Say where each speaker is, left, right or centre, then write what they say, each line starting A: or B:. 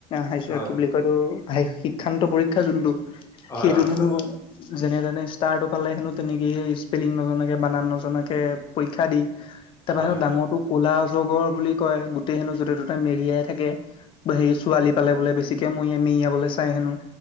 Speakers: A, on the left; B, on the left.
A: হাই স্কুলত
B: হয়
A: কি বুলি কয় এইটো শিক্ষান্ত পৰীক্ষা যোনটো
B: হয়
A: সেইটোত
B: হয় গম
A: হেনোঁ।
B: পালো
A: যেনে তেনে ষ্টাৰটো পালে হেনোঁ তেনেকেই স্পেলিং নজনাকে বানান নজনাকে পৰীক্ষা দি। তাৰ পা
B: হয়
A: সেনু ডাঙৰটো
B: হয়
A: কৌলা। জগৰ বুলি কয় গোটেই হেনো য'তে ত'তে মেৰিয়াই থাকে হেৰি ছোৱালী পালে বোলে বেছিকে মইয়াই মেৰিয়াবলে চাই হেনোঁ।